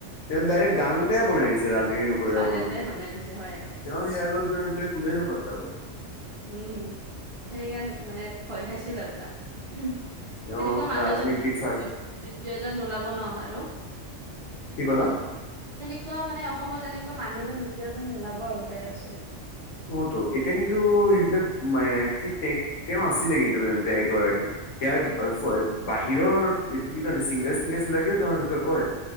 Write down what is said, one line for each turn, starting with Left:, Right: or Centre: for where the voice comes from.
Left: তেওঁ ডাইৰেক্ট গান এ মটাই বনাই দিছে ৰাজনীতি নকৰিবা
Right: গান
Left: বন্ধু,
Right: এটাই শুনাই দিছে হয়
Left: তেওঁৰ সেয়াৰ লগত গৈ পেলাই কোনে নো পাত্তাব।
Right: উম, সেইকাৰণে মানে ভয় খাইছিল আৰু তাক।
Left: তেওঁ
Right: এনেকুৱা মানুহ
Left: ৰাজনীতিক
Right: এজন দু
Left: চা
Right: দু-দ্বিতীয়জন নোলাব ন' আৰু।
Left: কি ক'লা?
Right: তেনেকুৱা মানে অসমত এনেকুৱা মানুহ এজন দ্বিতীয়জন নোলাব আৰু <unintelligible> আছে।
Left: অ', তো এতিয়া কিন্তু সেইবিলাক মে ফিতপেক তেওঁ আছিলে কিন্তু এগৰাকী। ইয়াৰ <unintelligible> বাহিৰৰ এইটো চিংগাৰ চিংগাৰছ বিলাকেও তেঁওৰ বিষয়ে কয়।